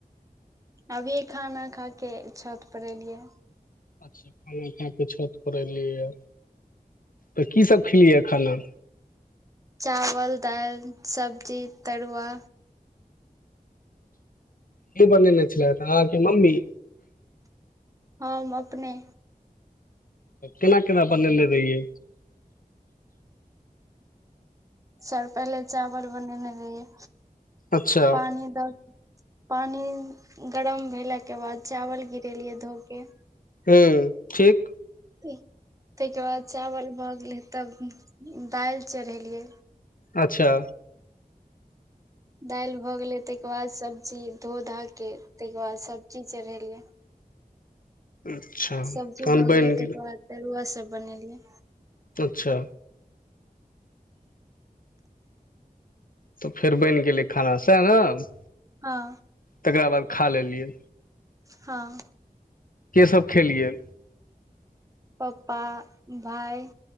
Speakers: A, on the right; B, on the left.
A: अभी खाना खा कऽ छतपर एलियै
B: अच्छा खाना खा क छत पर एलियए तऽ कीसभ खेलियै खाना
A: चावल दालि सब्जी तरुआ
B: के बने ने छल अहाँके मम्मी
A: हम अपने
B: केना केना बनेने रहियै
A: सर पहिले चावल बनेने रहियए
B: अच्छा
A: पानि दऽ पानि गरम भेलाके बाद चावल गिरेलियै धो कऽ
B: हू ठीक
A: ताहिके बाद चावल भऽ गेलै तब दालि चढ़ेलियै
B: अच्छा
A: दालि भऽ गेलै ताहिके बाद सब्जी धो धा के ताहिके बाद सब सब्जी चढ़ेलिय
B: अच्छा
A: सब्जी
B: तहन
A: भऽ गेलै
B: बनि
A: ताहिके बाद तरुआ सभ बनेलियै
B: अच्छा तऽ फेर बनि गेलै खाना से‌ए न
A: हँ
B: तकरा बाद खा लेलियै
A: हँ
B: केसभ खेलियै
A: पप्पा भाइ